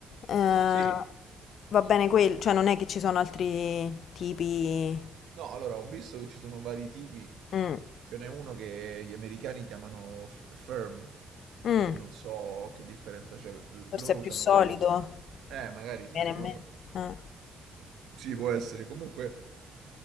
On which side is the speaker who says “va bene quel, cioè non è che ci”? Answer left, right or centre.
Left